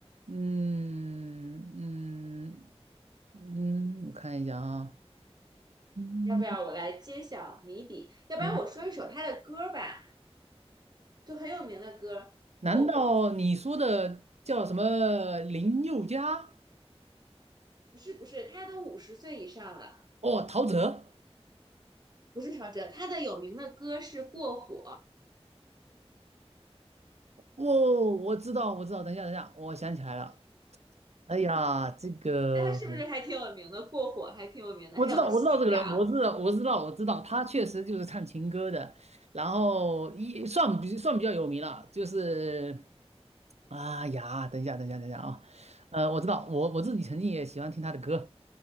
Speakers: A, on the right; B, on the right.
A: 嗯嗯嗯，我看一下啊，嗯
B: 要不要我来揭晓谜底？要不然我说一首他的歌吧，
A: 嗯，
B: 就很有名的歌过火
A: 难道你说的叫什么林宥嘉？
B: 不是不是，他都五十岁以上了，
A: 哦，陶喆。
B: 不是陶喆，他的有名的歌是《过火》，
A: 哦，我知道，我知道。等一下，等一下，我想起来了。哎呀，这个
B: 那他是不是还挺有名的？《过火》还挺有名的，
A: 我知道，
B: 还有《信仰》，
A: 我知道这个人，我知道，我知道，我知道，他确实就是唱情歌的，然后一算比算比较有名了。就是，哎呀，等一下，等一下，等一下啊，呃，我知道，我我自己曾经也喜欢听他的歌。